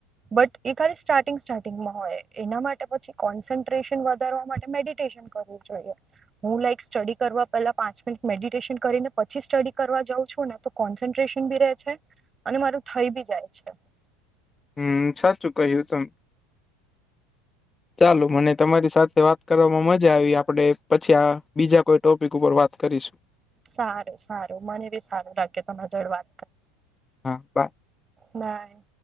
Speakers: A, on the right; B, on the left.
A: બટ એ ખાલી સ્ટાર્ટિંગ સ્ટાર્ટિંગમાં હોય એના માટે પછી કોન્સન્ટ્રેશન વધારવા માટે મેડિટેશન કરું જોઈએ હું લાઈક સ્ટડી કરવા પેલા પાંચ મિનિટ મેડિટેશન કરીને પછી સ્ટડી કરવા જાઉં છું ને તો કોન્સન્ટ્રેશન બી રહે છે અને મારું થઈ બી જાય છે.
B: હમ સાચું કહ્યું તમ ચાલો મને તમારી સાથે વાત કરવામાં મજા આવી આપણે પછી આ બીજા કોઈ ટોપિક ઉપર વાત કરીશું.
A: સારું સારું, મને બી સારું લાગે તમારા જોળ વાત
B: હા બાય.
A: નાઈ.